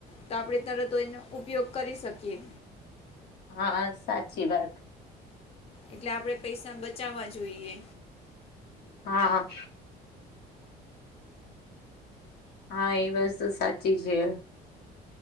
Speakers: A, on the left; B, on the left.
A: તો આપડી તરત એનો ઉપયોગ કરી શકીએ
B: હા સાચી વાત
A: એટલે આપડે પૈસા બચાવવા જોઈએ
B: હા હા એ વસ્તુ સાચી છે